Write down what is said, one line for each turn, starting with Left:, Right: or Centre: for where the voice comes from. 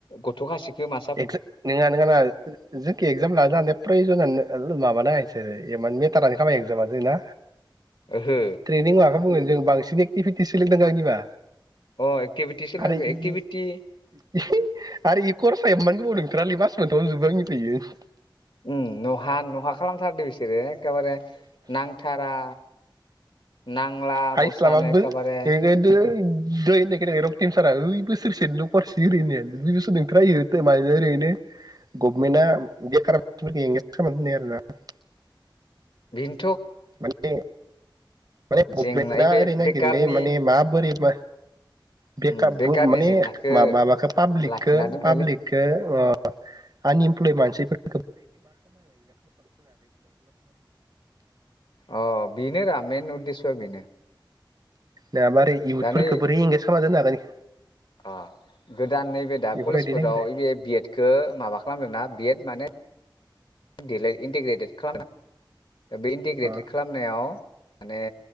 Left: गथ'खासेखो मा
Right: एगजा नोङा नोङा नोङा जो-जोंखो एकजाम लानो हानाय प्रयजनानो लो माबानाय सोरो एमान मेटारानो खामायो एक्जामा जों ना।
Left: ओहो
Right: ट्रेनिं माखो बुङो जों बां <unintelligible> एक्टिभिटि सोलिदों आंनिबा।
Left: अ एक्टिभिटिसो
Right: आरो
Left: नांगो
Right: इ
Left: एक्टिभिटि
Right: इ <unintelligible> आरो इ कर साय एमान गोबाव नोंथोरालै मास मोनथावनो जोबो आंनिबा इयो।
Left: उम नहा नहा खालामथारदो बिसोरो। एखाबारे नांथारा। नांला
Right: हाइस
Left: बसानो
Right: लाबाबो
Left: एखेबारे
Right: <unintelligible> दोहाय होननाय खोनायाखै रक्तम सारा ओइ बोसोरसेनिल' खरस ओरै होननायानो दुइ बोसोर नोंथारा इयो ओरैनो गभमेन्टआ बेखाराव <unintelligible>
Left: बिन
Right: माने माने गभमेन्टआ
Left: जेंना बे
Right: ओरै नागिरोलै
Left: बेकारनि
Right: माने माबोरै मा बे
Left: उम
Right: खाबु
Left: बेकारनि
Right: माने
Left: जेंनाखौ
Right: माबा माबाखो पाब्लिकखौ
Left: लाखिना दोननायलै
Right: पाब्लिकखौ ओ आनइमप्लय मानसिफोर <unintelligible>
Left: अ बेनो रा मेन उददेस'आ बेनो
Right: ना मारै इउथफोरफोरखो
Left: दा नै
Right: बोरै एं खामना दोननो हागोन
Left: अ गोदान नैबे दा
Right: बेफोरबायदि
Left: कलेजफोराव
Right: नागिरो
Left: ओइ बे बिएदखौ माबा खालामदों ना बिएद माने देलाय इन्टिग्रेटेड खालामना बे इन्टिग्रेटेड
Right: अ
Left: खालामनायाव माने